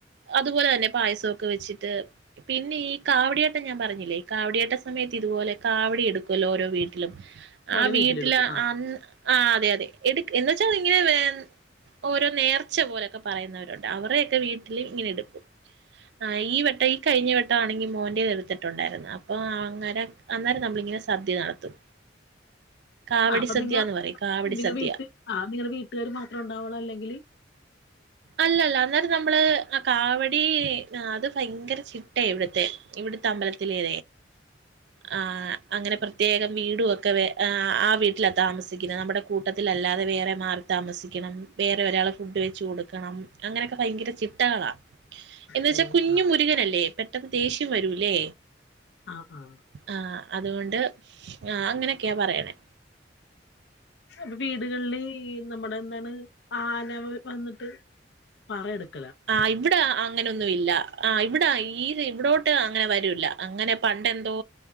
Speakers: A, on the right; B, on the left.
A: അതുപോലെ തന്നെ പായസമൊക്കെ വെച്ചിട്ട് പിന്നെ ഈ കാവടിയാട്ടം ഞാൻ പറഞ്ഞില്ലേ കാവടിയാട്ട സമയത്ത് ഇതുപോലെ കാവടി എടുക്കും ഓരോ വീട്ടിലും
B: ഓരോ
A: ആ
B: വീട്ടിലെടുക്കും
A: വീട്ടില്
B: ആ
A: അ ആ അതെ അതെ എ എ വെച്ചാൽ ഇങ്ങനെ ഓരോ നേർച്ച പോലൊക്കെ പറയുന്നവരുണ്ട് അവര്ടൊക്കെ വീട്ടിൽ ഇങ്ങനെ എടുക്കും ആ ഈ വട്ടം ഈ കഴിഞ്ഞ വെട്ട ആണെങ്കിൽ മോൻ എടുത്തിട്ടുണ്ടായിരുന്നു അപ്പൊ അങ്ങന അന്നേരം നമ്മള ഇങ്ങനെ സദ്യ നടത്തും കാവടി
B: ആ അപ്പൊ
A: സദ്യന്ന്
B: നിങ്ങ
A: പറയും കാവടി
B: നിങ്ങ
A: സദ്യ
B: വീട്ട ആ നിങ്ങളടെ വീട്ടുകാർ മാത്രം ഉണ്ടാവുള്ളൂ അല്ലെങ്കില്
A: അല്ലല്ല അന്നേരം നമ്മള് ആ കാവടി അത് ഭയങ്കര ചിട്ട ഇവിടത്തെ ഇവിടെത്തെ അമ്പലത്തിലെ ആ അങ്ങനെ പ്രത്യേകം വീടും ഒക്കെ ആ വീട്ടിലാണ് താമസിക്കുന്നത് നമ്മുടെ കൂട്ടത്തിലല്ലാതെ വേറെ മാറി താമസിക്കണം വേറെ ഒരാള് ഫുഡ് വെച്ച് കൊടുക്കും ക്കണം അങ്ങനെയൊക്കെ ഭയങ്കര ചിട്ടകളാ
B: ഇഷ്ടമാണ്.
A: എന്നുവെച്ചാൽ കുഞ്ഞു
B: ആ
A: മുരുകനല്ലേ പെട്ടെന്ന് ദേഷ്യം വരൂല്ലേ
B: ആഹ ആഹ
A: ആഹ് അതുകൊണ്ട് ആ അങ്ങനെയൊക്കെയ പറയണേ
B: അപ്പൊ വീടുകളില് നമ്മടെ എന്താണ് ആന വന്നിട്ട് പറ എടുക്ക
A: ആ ഇവിടെ അങ്ങനൊന്നും ഇല്ല ആ ഇവിടെ ഈത് ഇവിടോട്ട് അങ്ങനെ വരൂല്ല അങ്ങനെ പണ്ടെന്തോ